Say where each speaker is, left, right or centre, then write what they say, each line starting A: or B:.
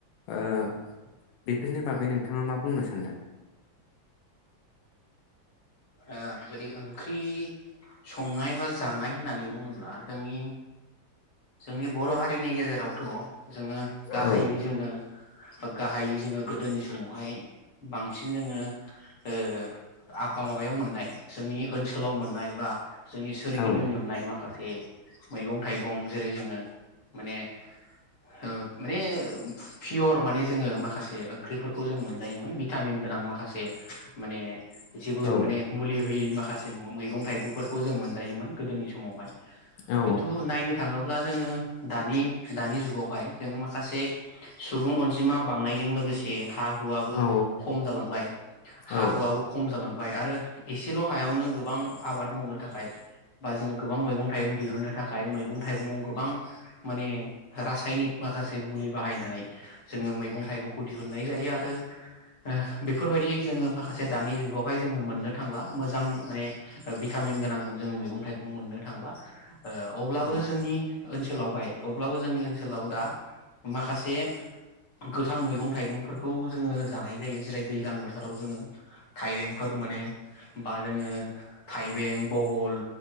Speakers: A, on the left; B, on the left.
A: ओ बेफोरनि बागै नोंथाङा मा बुंनो सानदों?
B: आं जुदि ओंख्रि संनाय बा जानाय होननानै बुङोब्ला जोंनि जोंनि बर' हारिनि गेजेरावथ' जोङो गाहायै
A: औ
B: जोङो गाहायै जोङो गोदोनि समावहाय बांसिन जोङो ओ आ माबायाव मोननाय जोंनि ओनसोलाव मोननाय बा जोंनि सोरगिदिं
A: औ
B: मोननाय माखासे बे मैगं-थाइगं जेरै जोङो माने ओ माने पियर माने जोङो माखासे ओंख्रिफोरखौ जों मोनजायोमोन भिटामिन गोनां माखासे माने एसेबो
A: औ
B: माने मुलि होयै माखासे मैगं थाइगंफोरखौ जों मोनजायोमोन गोदोनि समावहाय
A: औ
B: खिन्थु नायनो थाङोब्ला जोङो दानि-दानि जुगावहाय जोङो माखासे सुबुं अनजिमा बांनायजों लोगोसे हा हुआबो
A: औ
B: खम जालांबाय हा
A: औ
B: हुआबो खम जालां बाय आरो एसेल हायावनो गोबां आबाद मावनो थाखाय बा जोङो गोबां मैगं थाइगं दिहुननो थाखाय मै गं थाइगङाव गोबां माने रासायनिक माखासे मुलि बाहायनानै जोङो मैगं-थाइगंखौ दिहुनन्नाय जायो आरो ओ बेफोरबायदि जोङो माखासे दानि जुगावहाय जोङो मोननो थांला मोजां माने भिटामिन गोनां जोङो मैगं-थाइगं मोननो थांला ओ अब्लाबो
A: औ
B: <unintelligible> नि ओनसोलावहाय अब्लाबो जोंनि ओनसोलाव दा माखासे गोथां मैगं-थाइगंफोरखौ जोङो जानाय जायो जेरै दैज्लां बोथोराव जोङो थाइबेंफोर मोनो बा जोङो थाय बें, बहल